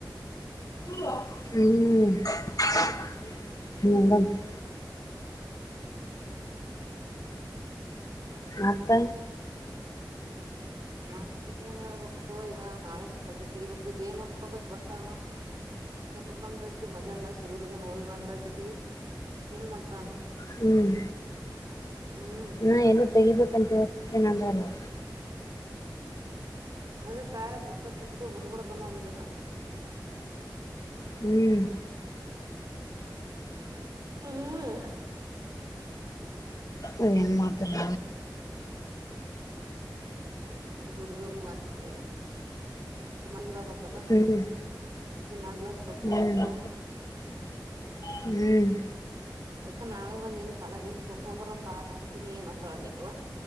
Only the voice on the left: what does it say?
ಹ್ಮ್
ಮತ್ತ
ಹ್ಮ್
ನಾ ಎಲ್ಲೋ ತೆಗಿಬೇಕಂತ ಇತ್ತೇ ನಂದಲ್ಲ
ಹ್ಮ್
ಅದ ನ್ ಮಾಡ್ತರ
ಹ್ಮ್
ಹ್ಮ್
ಹ್ಮ್